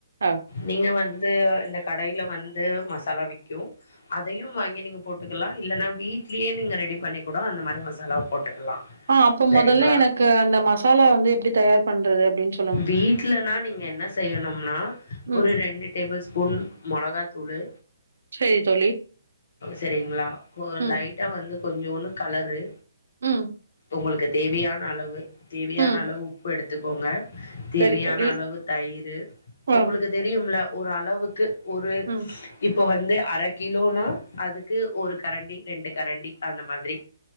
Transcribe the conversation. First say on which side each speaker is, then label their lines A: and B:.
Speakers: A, on the right; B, on the left.
A: ஆ
B: நீங்க வந்து இந்த கடையில வந்து மசாலா விக்கு அதையு வாங்கி நீங்க போட்டுக்கலா இல்லன்னா வீட்லயே நீங்க ரெடி பண்ணி கூட அந்த மாரி மசாலாவ போட்டுக்கலா
A: ஆ அப்போ
B: சரிங்களா
A: முதல்ல எனக்கு அந்த மசாலா வந்து எப்டி தயார் பண்றது அப்டின்னு சொல்
B: வீட்லனா நீங்க என்ன செய்யணும்னா
A: ம்
B: ஒரு ரெண்டு டேபிள் ஸ்பூன் மொளகாத்தூளு
A: சேரி தோ
B: செரிங்களா
A: ம்
B: லைட்டா வந்து கொஞ்சோணு கலரு
A: ம்
B: உங்களுக்கு தேவையான அளவு தேவையான
A: ம்
B: அளவு உப்பு எடுத்துக்கோங்க தேவையான
A: சரி தோழி
B: அளவு தயிரு
A: ஆ
B: உங்களுக்கு தெரியும்ல ஒரு அளவுக்கு ஒரு
A: ம்
B: இப்போ வந்து அர கிலோல அதுக்கு ஒரு கரண்டி ரெண்டு கரண்டி அந்த மாதிரி